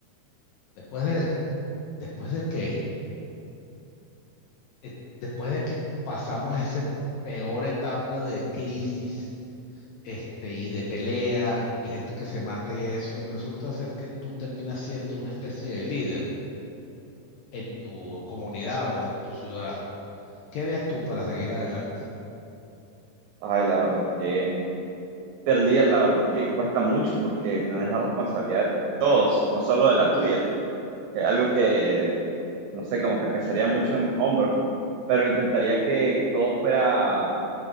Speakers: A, on the left; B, on the right.
A: Después de, después de que, eh, después de que pasamos esa peor etapa de crisis, este, y de pelea y gente que se mata y eso, resulta ser que tú terminas siendo una especie de líder en tu comunidad o en tu ciudad, ¿qué harías tú para seguir adelante?
B: Ay, la verdad es que ser líder, la verdad es que cuesta mucho porque tenés la responsabilidad de todos, no solo de la tuya. Es algo que, no sé, como que pesaría mucho en mi hombro, pero intentaría que todo fuera